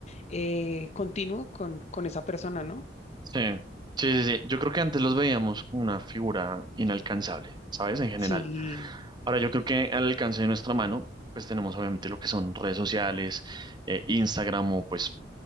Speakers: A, on the left; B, on the right.
A: eh, continuo con, con esa persona, ¿no?
B: sí, sí, sí, sí. Yo creo que antes los veíamos como una figura inalcanzable, ¿sabes? En general.
A: Sí,
B: Ahora yo creo que al alcance de nuestra mano, pues tenemos obviamente lo que son redes sociales, eh, Instagram o pues